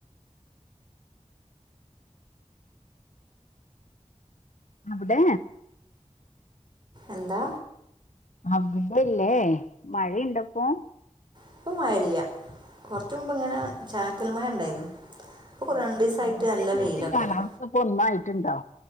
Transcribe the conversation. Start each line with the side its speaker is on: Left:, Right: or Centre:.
Left: അവിടെ
Right: എന്താ
Left: അവിടെല്ലേ മഴയുണ്ടപ്പൊ
Right: ഇപ്പ മഴല്ല കുറച്ച മുമ്പ് ഇങ്ങനെ ചാറ്റല് മഴ ഉണ്ടായിരുന്നു ഇപ്പോൾ
Left: അ
Right: രണ്ട് ദിവസമായിട്ട്
Left: അവിടത്തെ
Right: നല്ല
Left: ഇവിടത്ത
Right: വെയിലൊക്കെയാണ്
Left: കാലാവസ്ഥ ഇപ്പ ഒന്നായിട്ടുണ്ടോ